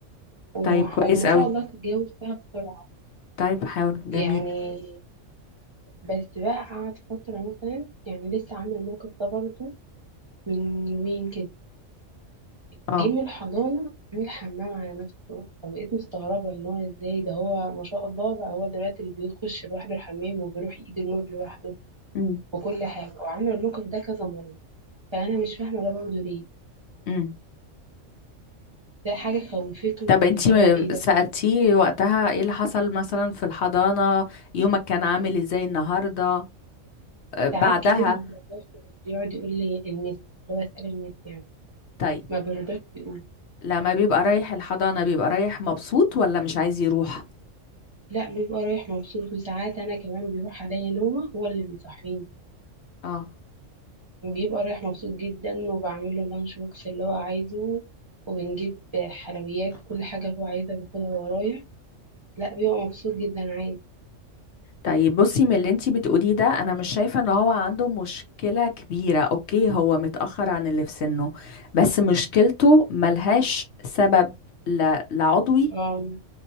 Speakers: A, on the right; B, on the left.
A: وح-
B: طيب كويس
A: وما
B: قوي
A: شاء الله تتجاوب فيها بسرعه
B: طيب حاول جميل
A: يعني بس بقى قعد فترة مثلا يعني لسه عامل الموقف ده برضه من يومين كده
B: اه
A: جه من الحضانة عامل حمام على نفسه فبقيت مستغربة ان هو ازاي ده هو ما شاء الله بقى هو دلوقتي اللي بيخش لوحده الحمام وبيروح ايده النور لوحده
B: امم
A: وكل حاجة وعامل الموقف ده كذا مرة فأنا مش فاهمة ده برضه ليه
B: امم
A: ده حاجة خوفته ولا
B: طب انتي
A: هو ايه
B: م-
A: ده
B: سألتيه وقتها ايه اللي حصل مثلا في الحضانة يومك كان عامل ازاي النهاردة آه، بعدها
A: ساعات كتير ما بيرضاش يقعد يقول لي المس اللي هو اسأل المس يعني
B: طيب
A: ما بيرضاش يقول.
B: لما بيبقى رايح الحضانة بيبقى رايح مبسوط ولا مش عايز يروح
A: لا بيبقى رايح مبسوط وساعات انا كمان بيروح عليا نومه هو اللي بيصحيني
B: اه
A: وبيبقى رايح مبسوط جدا وبعمل له اللانش بوكس اللي هو عايزه وبنجيب حلويات كل حاجه هو عايزها بياخدها وهو رايح لا بيبقى مبسوط جدا عادي
B: طيب بصي من اللي انتي بتقوليه ده انا مش شايفة ان هو عنده مشكلة كبيرة اوكي هو متأخر عن اللي في سنه بس مشكلته ملهاش سبب لا لا عضوي
A: آم،